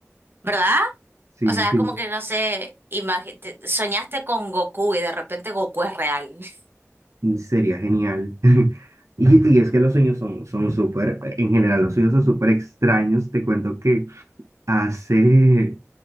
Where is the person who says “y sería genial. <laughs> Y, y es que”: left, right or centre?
Right